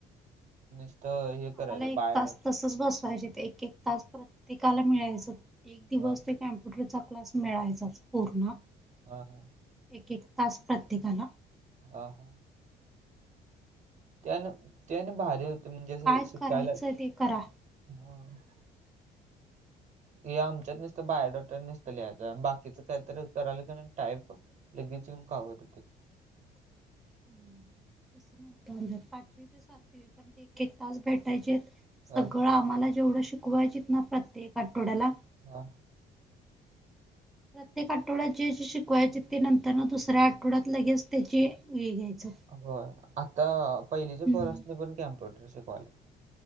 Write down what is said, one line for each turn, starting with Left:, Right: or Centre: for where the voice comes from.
Right: नसत हे
Centre: आम्हाला
Right: करायचं
Centre: एक
Right: बायोडाटा.
Centre: तास तसच बसवायजे ते एक एक तास प्रत्येकाला मिळायचं एक दिवस
Right: हा हा
Centre: ते कॉम्प्युटरचा क्लास मिळायचाच. पूर्ण
Right: हा हा
Centre: एक एक तास प्रत्येकाला.
Right: हा हा. त्यान त्याने भारी म्हणजे असं
Centre: काय
Right: शिकायला
Centre: करायचं ते करा.
Right: हा. हे आमच्यात नुसतं बायोडेटाच नुसत लिहायच आहे बाकीचं काहीतरी करायला टाईप. लगेच येवून कावत होतीत.
Centre: <inaudible> तस नव्हत पाचवी ते सातवी पण एक एक तास भेटायचे.
Right: हा
Centre: सगळं आम्हाला जेवढं शिकवायची ना प्रत्येक आठवड्याला.
Right: हा.
Centre: प्रत्येक आठवड्यात जे जे शिकवायचे ते नंतर दुसऱ्या आठवड्यात लगेच त्याचे हे घ्यायचं.
Right: हो आता पहिलीचे
Centre: हम्म.
Right: फर्स नाही पण कॅम्प्युटर शिकवाले.